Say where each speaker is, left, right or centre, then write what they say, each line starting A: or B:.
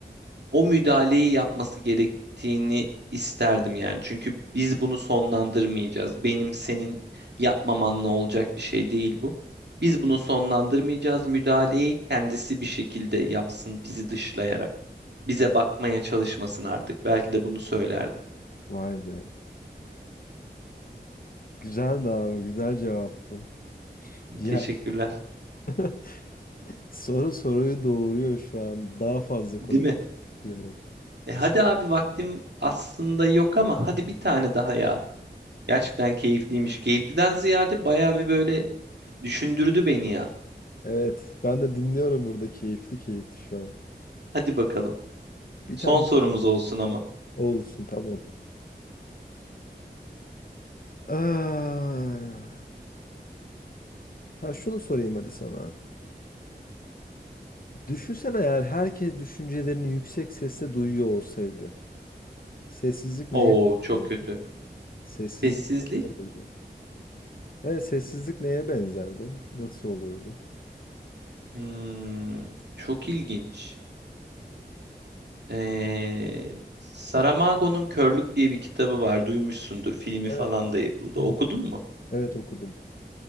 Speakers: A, on the right; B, on the left.
A: o müdahaleyi yapması gerektiğini isterdim yani. Çünkü biz bunu sonlandırmayacağız. Benim senin yapmamanla olacak bir şey değil bu. Biz bunu sonlandırmayacağız. Müdahaleyi kendisi bir şekilde yapsın bizi dışlayarak. Bize bakmaya çalışmasın artık. Belki de bunu söylerdim.
B: Vay be. Güzeldi abi. Güzel cevaptı. Ya
A: Teşekkürler.
B: <laughs> soru soruyu doğuruyor şu an. Daha fazla
A: Değil
B: konuş
A: mi?
B: diyorum.
A: E hadi abi vaktim aslında yok ama hadi bir tane daha ya. Gerçekten keyifliymiş. Keyifliden ziyade bayağı bir böyle düşündürdü beni ya.
B: Evet, ben de dinliyorum burada keyifli keyifli şu an.
A: Hadi bakalım.
B: Bir
A: Son
B: tane
A: sorumuz olsun
B: daha
A: ama.
B: olsun tamam. Ah, ha şunu sorayım hadi sana. Düşünsene eğer herkes düşüncelerini yüksek sesle duyuyor olsaydı. Sessizlik
A: Oo
B: neye
A: çok
B: benzerdi?
A: kötü.
B: Sessizlik
A: Sessizlik.
B: nasıl olurdu? Evet, sessizlik neye benzerdi? Nasıl olurdu?
A: Hmm, çok ilginç. Ee, Saramago'nun Körlük diye bir kitabı var. Duymuşsundur. Filmi
B: Evet,
A: falan da yapıldı.
B: okumuştum.
A: Okudun mu?
B: Evet, okudum.